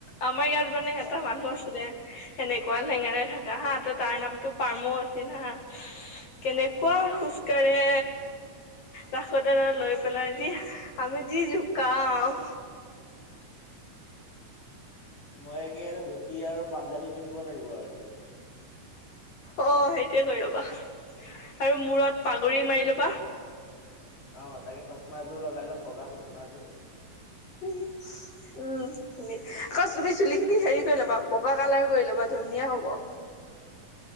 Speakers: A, on the left; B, on the left.
A: আমাৰ ইয়াত মানে
B: অ
A: এটা মানুহ আছিলে সেনেকুৱা লেঙেৰা থকা হা ত তাৰ নাম টো প্মো আছিল না কেনেকুৱা
B: অ
A: খোজ কঢ়ে ৰাসতে লৈ পেলাই যি আমি যি জুোকাও
B: মই তে এটা ধুতি আৰু পাঞ্জাবী পিন্ধিব লাগিব আৰু এতিয়া
A: অ সেইটোোৱে কৰি ৰ'বা আৰু মূৰত পাগৰি মাৰি ল'বা
B: অ তাকে চচমা এযোৰ লগাই ল'ম বগা চচমা এযোৰ
A: উম আকৌ তুমি চুলিখিনি হেৰি কৰি ল'বা বগা কালাৰ কৰি ল'বা ধ ধুনীয়া হ'ব